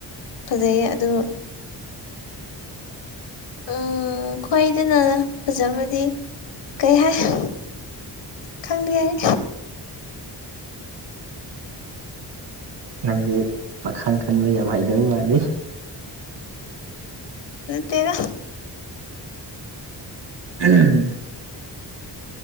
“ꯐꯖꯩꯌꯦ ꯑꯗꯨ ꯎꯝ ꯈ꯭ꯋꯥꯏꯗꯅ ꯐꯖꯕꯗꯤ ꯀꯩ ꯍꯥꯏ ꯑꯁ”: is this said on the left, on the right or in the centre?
Left